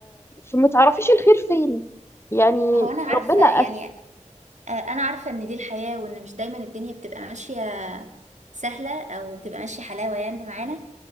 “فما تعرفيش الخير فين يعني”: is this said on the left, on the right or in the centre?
Left